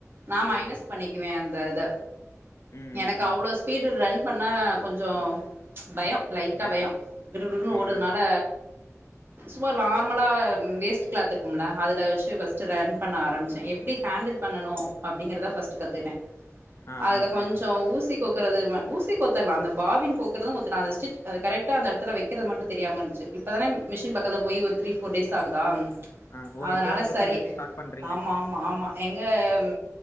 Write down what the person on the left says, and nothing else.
ஓ
ம்
ம் ம்
பயம்
ம்
ம்
ஆ
ஆ
ஆ
ஆ ஓ
இப்பதா கத்துக்கறது
ஸ்டார்ட் பண்றீங்க